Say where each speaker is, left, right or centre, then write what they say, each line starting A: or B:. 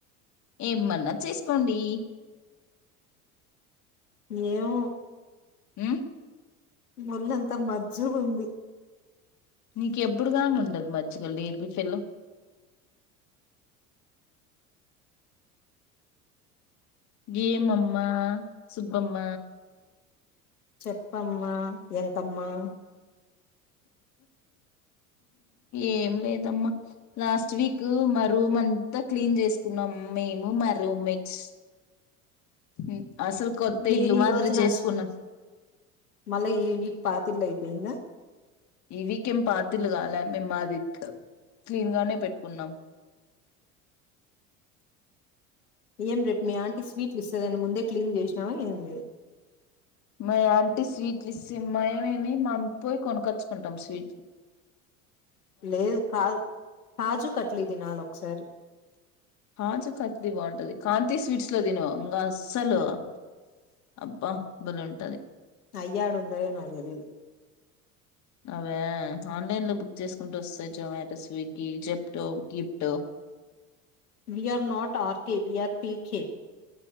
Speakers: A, on the left; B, on the left.
A: ఏమన్నా చేసుకోండి
B: ఏమో
A: ఉమ్
B: ముళ్ళంత మజ్జుగుంది
A: నీక ఎప్పుడు కాంగ ఉండదు మజ్జుగన్ లెజిఫెల్లో గేమ్మ్మ సుబ్బమ్మ
B: చెప్పమ్మ ఎంకమ్మా
A: ఏం లేదమ్మా లాస్ట్ వీక్ మా రూమ్ అంతా క్లీన్ చేసుకున్నాం మేము మా రూమ్మేట్స్ ఉమ్ అసలు కొత్త
B: నేను
A: ఇల్లు మాదిరి
B: ఈ రోజు
A: చేసుకున్నాం
B: నా మళ్ళా ఈ వీక్ పాతిల్లు అయిపోయిందా
A: ఇ వీక్ ఏం పాతిళ్ళు కాల మేము మా క్లీన్ గానే పెట్టుకున్నాం
B: ఏం రేపు మీ ఆంటీ స్వీట్లు ఇస్తదని ముందే క్లీన్ చేసినావా ఏంది
A: మ ఆంటి స్వీట్ లు ఇస్తే ఏమి మేమేమీ మంపోయి కొనకొచ్చుకుంటాం స్వీట్
B: లేదు కాదు కాజు కట్లీ తినాలి ఒకసారి
A: కాజు కత్లీ బాగుంటది కాంతి స్వీట్స్ లో తిను ఇంకా అస్సలు అబ్బా బలే ఉంటాది
B: అయ్యాడా ఉదయో నాకు తెలీదు
A: అవే ఆన్లైన్ లో బుక్ చేసుకుంటె వస్తాయి జొమాటో స్విగ్గి జెప్టో కీప్టో
B: వీఆర్ నట్ ఆర్క వీఆర్ పీకె